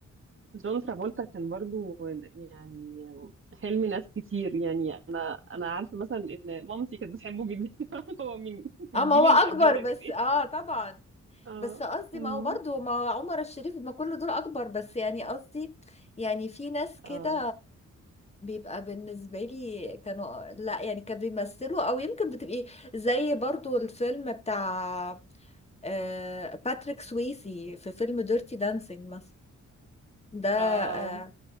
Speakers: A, on the right; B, on the left.
A: جون ترافولتا كان برضو يعني حلم ناس كتير يعني انا انا عارفه مثلا ان مامتي كانت بتحبه جدا <laughs> هو من من
B: اه
A: الجيل
B: ما هو
A: اللي
B: اكبر
A: قبلنا كمان
B: بس اه طبعا
A: اه
B: بس قصدي
A: أمم.
B: ما هو برضه ما عمر الشريف ما كل دول اكبر بس يعني قصدي يعني في ناس كده
A: اه
B: بيبقى بالنسبة لي كانوا لا يعني كانوا بيمثلوا او يمكن بتبقي زي برضو الفيلم بتاع آه، باتريك سويسي في فيلم ديرتي دانسينج مثلا ده آه،
A: اه